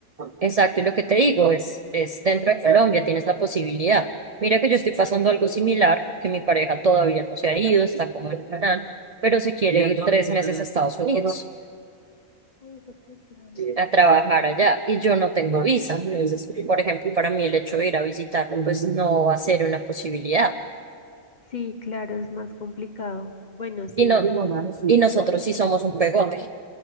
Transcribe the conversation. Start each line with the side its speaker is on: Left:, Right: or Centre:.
Right: Exacto, y lo que te digo es, es dentro de Colombia tienes la posibilidad. Mira que yo estoy pasando algo similar, porque mi pareja todavía no se ha ido, está como en plan, pero se quiere ir tres meses a Estados Unidos
Left: Uy, juepucha.
Right: a trabajar allá y yo no tengo visa. Entonces, por ejemplo, para mí el hecho de ir a visitarlo, pues no va a ser una posibilidad.
Left: Sí, claro, es más complicado. Bueno, sí.
Right: Y, no, y nosotros sí somos un pegote.